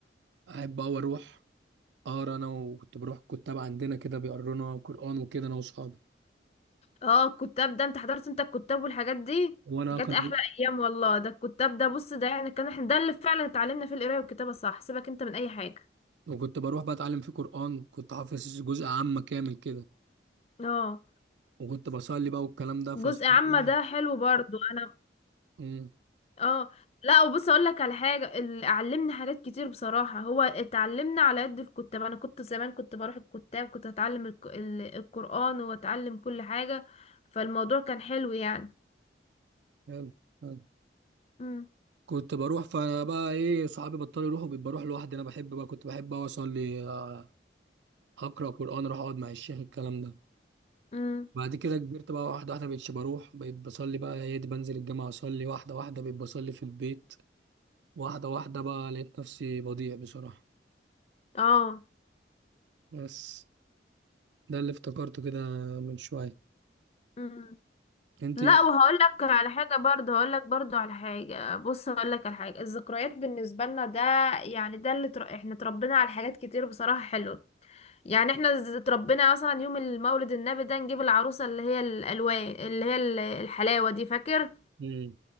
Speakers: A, on the right; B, on the left.
A: احب اوي اروح اقرا انا وكنت بروح كتاب عندنا كده بيقرونا قران وكده انا واصحابي
B: اه الكتاب ده انت حضرت انت الكتاب والحاجات دي
A: وانا
B: دي كانت
A: كان
B: احلى ايام والله ده الكتاب ده بص ده يعني كان احنا ده اللي فعلا اتعلمنا فيه القرايه والكتابه صح سيبك انت من اي حاجه
A: وكنت بروح بقى اتعلم فيه قران كنت حافظ جزء عامه كامل كده
B: اه
A: وكنت بصلي بقى والكلام ده
B: جزء
A: فاصحابي
B: عامه
A: ايه
B: ده حلو برضو انا
A: امم
B: اه لا وبص اقول لك على حاجه ال- علمني حاجات كتير بصراحه هو اتعلمنا على قد الكتاب انا كنت زمان كنت بروح الكتاب كنت اتعلم الك- ال- القران واتعلم كل حاجه فالموضوع كان حلو يعني
A: حلو، حلو.
B: امم
A: كنت بروح فبقى ايه صحابي بطلوا يروحوا بقيت بروح لوحدي انا بحب بقى كنت بحب اوي اصلي آه، اقرا قران اروح اقعد مع الشيخ الكلام ده
B: امم
A: بعد كده كبرت بقى واحدة واحدة مبقتش بروح بقيت بصلي بقى يا دي بنزل الجامعة أصلي واحدة واحدة بقيت بصلي في البيت واحدة واحدة بقى لقيت نفسي بضيع بصراحة
B: اه
A: بس ده اللي افتكرته كده من شوية
B: امم
A: انت
B: لا وهقول لك على حاجه برضه هقول لك برضه على حاجه بص هقول لك على حاجه الذكريات بالنسبه لنا ده يعني ده اللي تر... احنا اتربينا على حاجات كتير بصراحه حلوه يعني احنا ز- اتربينا مثلا يوم المولد النبي ده نجيب العروسة اللي هي الألوان اللي هي ال- الحلاوة دي فاكر
A: امم